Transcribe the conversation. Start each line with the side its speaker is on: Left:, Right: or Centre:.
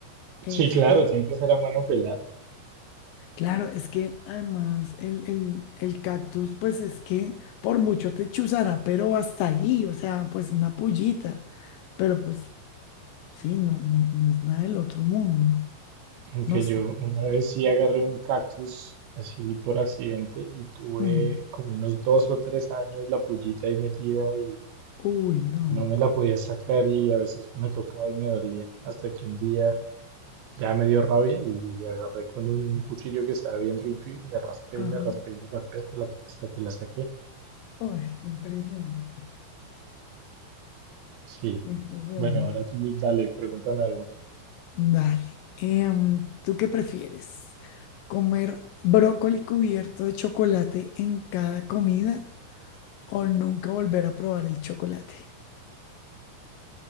Left: Es
Right: Sí, claro,
Left: que,
Right: tiene que ser a mano pelada.
Left: claro, es que además el, el, el cactus, pues es que por mucho te chuzará, pero hasta ahí, o sea, pues una pullita, pero pues sí, no, no, no es nada del otro mundo,
Right: Aunque
Left: no sé.
Right: yo una vez sí agarré un cactus así por accidente y tuve
Left: Mm.
Right: como unos dos o tres años la pullita ahí metida y,
Left: Uy, no.
Right: y no me la podía sacar y a veces me tocaba y me dolía. Hasta que un día ya me dio rabia y agarré con un cuchillo que estaba bien limpio y me raspé
Left: Ajá.
Right: y me raspé y me raspé hasta, la, hasta que la saqué.
Left: Uy, qué impresión.
Right: Sí.
Left: Qué impresión.
Right: Bueno, ahora tú dale, pregúntame algo.
Left: Dale. Em, ¿tú qué prefieres? ¿Comer brócoli cubierto de chocolate en cada comida o nunca volver a probar el chocolate